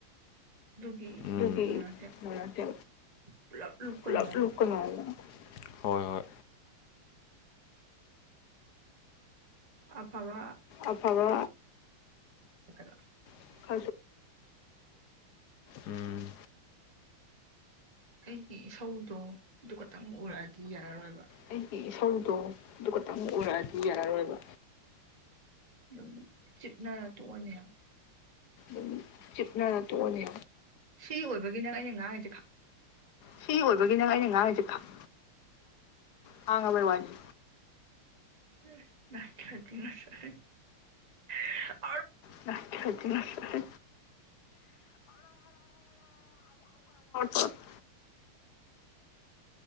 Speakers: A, on the right; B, on the left.
A: ꯇꯨꯒꯤ
B: ꯑꯗꯨꯒꯤ
A: ꯂꯔ
B: ꯃꯔꯛꯇ
A: ꯄꯨꯂꯞ ꯂꯨꯞꯀꯅꯣ
B: ꯄꯨꯂꯞ
A: ꯍꯥꯢꯕ
B: ꯂꯨꯞꯀꯅꯣꯅ ꯍꯣꯏ ꯍꯣꯏ
A: ꯑꯐꯕ
B: ꯑꯐꯕ
A: <inaudible>
B: <unintelligible> ꯎꯝ
A: ꯑꯩꯒꯤ ꯏꯁꯧꯗꯣ ꯑꯗꯨ ꯈꯛꯇꯪ ꯎꯔꯛꯑꯗꯤ ꯌꯥꯔꯔꯣꯏꯕ
B: ꯑꯩꯒꯤ ꯏꯁꯧꯗꯣ ꯑꯗꯨ ꯈꯛꯇꯪ ꯎꯔꯛꯑꯗꯤ ꯌꯥꯔꯔꯣꯏꯕ
A: ꯑꯗꯨꯝ ꯆꯤꯞꯅꯔ ꯇꯣꯛꯑꯅꯤ ꯍꯥꯏꯕ
B: ꯑꯗꯨꯝ ꯆꯤꯞꯅꯔ ꯇꯣꯛꯑꯅꯤ
A: ꯁꯤ ꯑꯣꯏꯕꯒꯤ ꯅꯪ ꯑꯩꯅ ꯉꯥꯡꯉꯤꯁꯦ ꯈꯪ
B: ꯁꯤ ꯑꯣꯏꯕꯒꯤ ꯅꯪ ꯑꯩꯅ ꯉꯥꯡꯉꯤꯁꯦ ꯈꯪ ꯈꯥꯡꯉꯕꯩ ꯋꯥꯅꯤ
A: <unintelligible>
B: ꯖꯤ <unintelligible> <unintelligible>